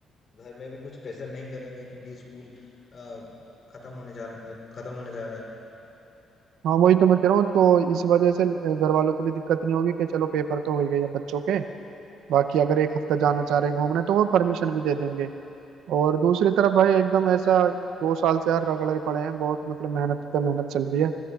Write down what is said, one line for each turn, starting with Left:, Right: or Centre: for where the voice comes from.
Left: घर में भी कुछ प्रेशर नहीं करेंगे क्योंकि स्कूल अ, खत्म होने जा खत्म होने जा रहा है
Right: हाँ वही तो मैं कह रहा हूँ तो इस वजह से घर वालों को भी दिक्कत नहीं होगी कि चलो पेपर तो हो ही गई है बच्चों के बाकी अगर एक हफ्ता
Left: हाँ
Right: जाना
Left: हाँ
Right: चाह रहे हैं घूमने तो वो परमिशन भी दे देंगे और दूसरी तरफ भाई एकदम ऐसा दो साल से यार रगड़े पड़े हैं बहुत मतलब मेहनत पे मेहनत चल रही है